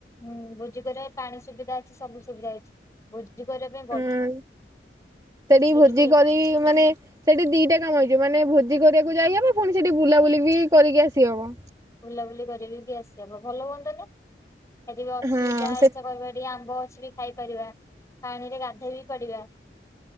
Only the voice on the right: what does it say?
ଆଁ ସେଠି
ଭୋଜି
କରି ମାନେ ସେଠି ଦିଟା କାମ ହେଇଯିବ। ମାନେ ଭୋଜି କରିବାକୁ ଯାଇହବ। ପୁଣି ସେଠି ବୁଲାବୁଲି ବି କରିକି ଆସିହବ।
ହଁ
ସେ